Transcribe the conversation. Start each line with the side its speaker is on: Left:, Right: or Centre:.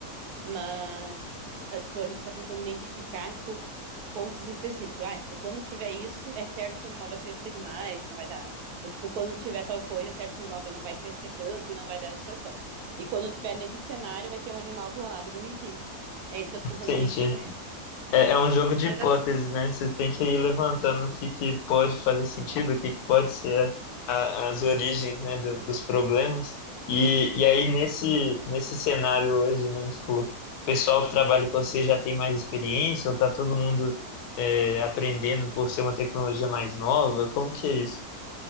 Right: mas, uh, tipo, a gente está tentando identificar, tipo, pontos específicos. Ah, tipo, quando tiver isso, é certo que o animal vai crescer demais e não vai dar. Ou, tipo, quando tiver tal coisa, é certo que o animal não vai crescer tanto e não vai dar gestação. E quando tiver nesse cenário, vai ter um animal clonado bonitinho. É isso que eu tô tentando
Left: Entendi.
Right: identificar. <laughs>
Left: É, é um jogo de
Right: Mas
Left: hipóteses,
Right: eu.
Left: né? Você tem que ir levantando o que, que pode fazer sentido, o que, que pode ser a- as origens, né, do- dos problemas. E, e aí, nesse, nesse cenário hoje, né, tipo, o pessoal que trabalha com você já tem mais experiência ou tá todo mundo é, aprendendo por ser uma tecnologia mais nova? Como que é isso?